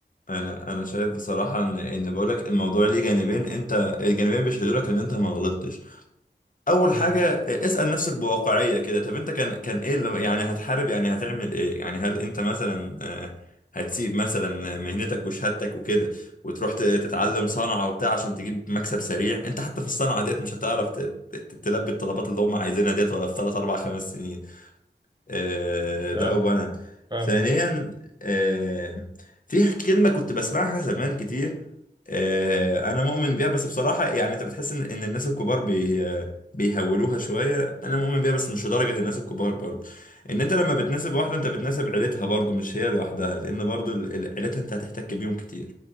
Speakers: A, on the left; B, on the right.
A: انا انا شايف بصراحه ان ان بقول لك الموضوع ليه جانبين انت الجانبين بيشهدوا لك ان انت ما غلطتش اول
B: امم
A: حاجه اسال نفسك بواقعيه كده طب انت كان كان ايه اللي يعني هتحارب يعني هتعمل ايه يعني هل انت مثلا آه، هتسيب مثلا مهنتك وشهادتك وكده وتروح ت- تتعلم صنعه وبتاع عشان تجيب مكسب سريع انت حتى في الصنعه ديت مش هتعرف ت- ت- تلبي الطلبات اللي هم عايزينها ديت ولا في 3 4 5 سنين آه،
B: فعلا
A: ده اولا
B: فعلا
A: ثانيا آه، في كلمه كنت بسمعها زمان كتير آه، انا مؤمن بيها بس بصراحه يعني انت بتحس ان ان الناس الكبار بي بيهولوها شويه انا مؤمن بيها بس مش لدرجه الناس الكبار برضه ان انت لما بتناسب واحده انت بتناسب عيلتها برضه مش هي لوحدها لان برضه ال- ال- عيلتها انت هتحتك بيهم كتير